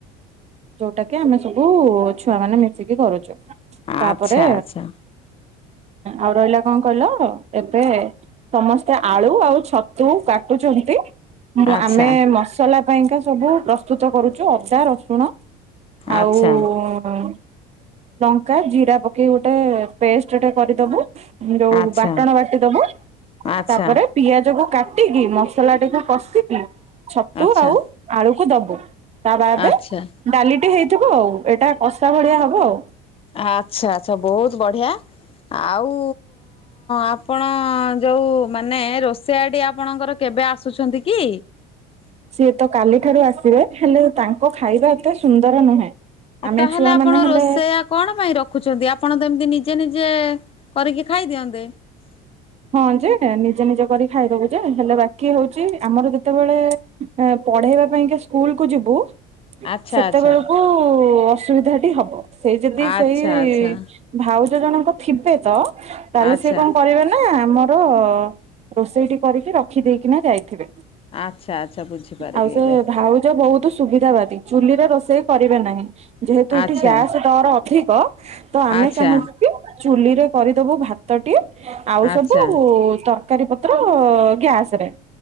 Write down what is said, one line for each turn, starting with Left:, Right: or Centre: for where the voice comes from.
Right: ଯୋଉଟା କି ଆମେ ସବୁ ଛୁଆ ମାନେ ମିଶିକି କରୁଛୁ। ତାପରେ
Left: ଆଚ୍ଛା ଆଚ୍ଛା
Right: ଆଉ ରହିଲା କଣ କହିଲ ଏବେ ସମସ୍ତେ ଆଳୁ ଆଉ ଛତୁ କାଟୁଛନ୍ତି! ମୁଁ
Left: ଆଚ୍ଛା
Right: ଆମେ ମସଲା ପାଇଁକା ସବୁ ପ୍ରସ୍ତୁତ କରୁଛୁ ଅଦା ରସୁଣ
Left: ଆଚ୍ଛା
Right: ଆଉ ଲଙ୍କା ଜିରା ପକେଇକ ଗୋଟେ ପେଷ୍ଟ ଗଟେ କରିଦବୁ ଯୋଉ
Left: ଆଚ୍ଛା
Right: ବାଟଣ ବାଟିଦବୁ
Left: ଆଚ୍ଛା
Right: ତାପରେ
Left: ଆଚ୍ଛା
Right: ପିଆଜ କ କାଟିକି ମସଲାଟିକୁ କଷିକି ଛତୁ
Left: ଆଚ୍ଛା
Right: ଆଉ ଆଳୁକୁ ଦବୁ ତା ବାଦ
Left: ଆଚ୍ଛା
Right: ଡାଲିଟି ହେଇଥିବ ଆଉ ଏଇଟା କଷା ଭଳିଆ ହବ ଆଉ।
Left: ଆଚ୍ଛା ଆଚ୍ଛା ବହୁତ ବଢିଆ ଆଉ ଆପଣ ଯେଉଁ ମାନେ ରୋଷେଇଆଟି ଆପଣଙ୍କର କେବେ ଆସୁଛନ୍ତି କି
Right: ସିଏ ତ କାଲିଠାରୁ ଆସିବେ ହେଲେ ତାଙ୍କ ଖାଇବା ଏତେ ସୁନ୍ଦର ନୁହେଁ।
Left: ଆଉ
Right: ଆମେ
Left: ତାହେଲେ
Right: ଛୁଆ
Left: ଆପଣ
Right: ମାନେ ହେଲେ
Left: ରୋଷେଇଆ କଣ ପାଇଁ ରଖୁଛନ୍ତି ଆପଣ ତ ଏମିତି ନିଜେ ନିଜେ କରିକି ଖାଇଦିଅନ୍ତେ।
Right: ହଁ ଯେ ନିଜେ ନିଜେ କରି ଖାଇଦବୁ ଯେ ହେଲେ ବାକି ହଉଛି ଆମର ଯେତେବେଳେ ପଢେଇବା ପାଇଁକା ସ୍କୁଲକୁୁ ଯିବୁ
Left: ଆଚ୍ଛା
Right: ସେତେବେଳକୁ
Left: ଆଚ୍ଛା
Right: ଅସୁବିଧାଟି ହବ ସେଇ ଯଦି
Left: ଆଚ୍ଛା
Right: ସେଇ
Left: ଆଚ୍ଛା
Right: ଭାଉଜ ଜଣଙ୍କ ଥିବେ ତ ତାହେଲେ
Left: ଆଚ୍ଛା
Right: ସେ କଣ କରିବେ ନା ଆମର ରୋଷେଇଟି କରିକି ରଖିଦେଇକିନା ଯାଇଥିବେ।
Left: ଆଚ୍ଛା ଆଚ୍ଛା ବୁଝିପାରିଲି
Right: ଆଉ ସେ
Left: ଏବେ
Right: ଭାଉଜ ବହୁତ ସୁବିଧାବାଦୀ ଚୁଲିରେ ରୋଷେଇ କରିବେ ନାହିଁ।। ଯେହେତୁ ଏଠି
Left: ଆଚ୍ଛା
Right: ଗ୍ୟାସ୍ ଡର ଅଧିକ ତ ଆମେ
Left: ଆଚ୍ଛା
Right: ଚାହୁଁଛୁ କି।। ଚୁଲି ରେ କରିଦବୁ ଭାତଟି ଆଉ
Left: ଆଚ୍ଛା
Right: ସବୁ ତରକାରୀ ପ ତଗ୍ୟାସ୍ ରେ